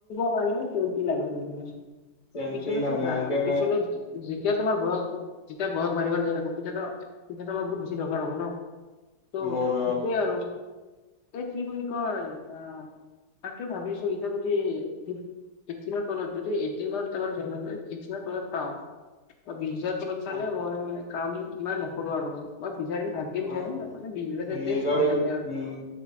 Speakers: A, on the left; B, on the left.
A: খ কমটি লাগে ম ন <inaudible>
B: চেন্টিৰ
A: পিছলৈ
B: কাৰণে
A: তো হা
B: সেইকাৰণে
A: আৰু পিছলৈ যেতিয়া তোমাৰ বয়স। তেতিয়া বয়স বাঢ়িব নো তেতিয়া তেতিয়া আমাৰ বহুত বেছি দৰকাৰ হব ন। ত'
B: বহুত
A: সেইটোৱে আৰু এ কি বুলি কয় অ' তাকে ভাবি আছোঁ এতিয়াটো এই ফিফটিন তলত যদি এইটিনৰ তলত যদি পাওঁ। বিশ হজাৰ তলত চালে
B: অ
A: মই মানে কাম ইমান নকৰো আৰু মানে। মই বিচাৰিম ভালকে বিচাৰিম
B: অ',
A: মানে বিশ হাজাৰ এটলিষ্ট
B: নিজৰ
A: হৈ
B: উম
A: যাতে আৰু